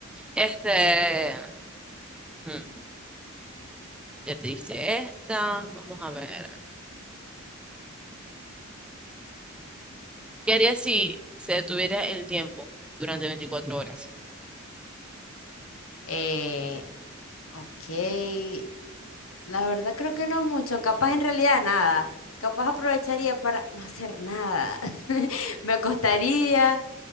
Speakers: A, in the centre; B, on the left (about 80°).
A: Este, hmm, ya te diste esta. Vamos a ver. ¿Qué harías si se detuviera el tiempo durante 24 horas?
B: Eh, ok, La verdad creo que no mucho, capaz en realidad nada. Capaz aprovecharía para no hacer nada. <laughs> Me acostaría